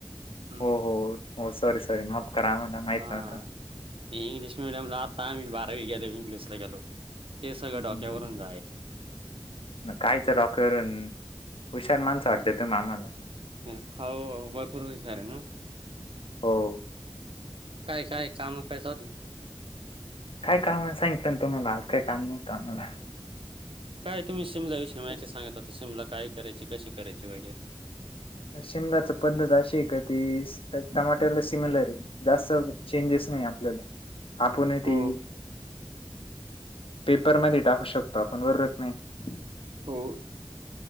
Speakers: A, on the right; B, on the left.
A: हम्म
B: हो हो हो सॉरी सॉरी माफ करा आम्हाला माहित
A: हा
B: नव्हतं.
A: इंग्लिश मिडियमला आता आम्ही बारावीनंतर इंग्लिशला गेलो ते सगळं
B: हम्म.
A: डोक्यावरून जाई.
B: कायच डॉकरन, हुशार माणसं वाटत्या तुम्ही आम्हाला.
A: ह्म, हो हो भरपूर हुशार ना.
B: हो.
A: काय-काय काम काय चालू?
B: काय काम सांगितलं ना तुम्हाला, आज काय काम नव्हतं आम्हाला.
A: काय तुम्ही शिमला विषयी माहिती सांगत होते, शिमला काय करायची, कशी करायची, वगैरे?
B: शिमलाच पद्धत अशी ये का, ती टमाट्याला सिमिलर ये. जास्त चेंजेस नही आपल्याला, आपणही ती
A: हो
B: पेपरमध्ये टाकू शकतो आपण, बरोबर का नाही?
A: हो,